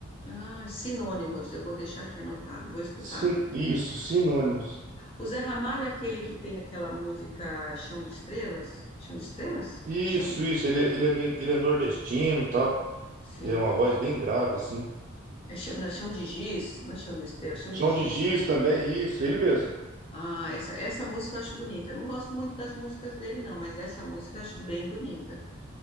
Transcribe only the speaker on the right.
Sin- Isso, Sinônimos.
Isso,
isso. Ele, é- ele, é meio, ele é nordestino e tal.
É uma voz bem grave, assim.
Chão
de Giz também, isso, ele mesmo.